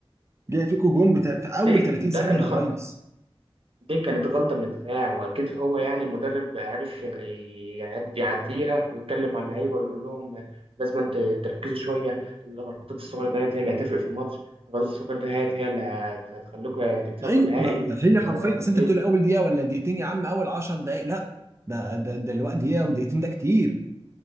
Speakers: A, on the right; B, on the right.
A: جاي فيكوا جون بتا... في اول
B: دي
A: 30 ثانيه
B: ده كان
A: يا
B: خ...
A: ريس
B: دي كانت غلطة من الدفاع وأكيد هو يعني المدرب عرف ي- يعد- يعديها ويتكلم مع اللعيبة ويقول لهم لازم انت تركزوا شوية الغلطات الصغيرة ديت هي اللي هتفرق في الماتش الغلطات الصغيرة ديت هي اللي هت- هتخليكوا يا تكسبوا
A: ايوه
B: النهائي
A: ما ما هي
B: يا تروحوا
A: حرفيا اصل
B: البيت
A: انت بتقول اول دقيقه ولا دقيقتين يا عم اول 10 دقائق لا ده ده ده الوقت دقيقه ودقيقتين ده كتير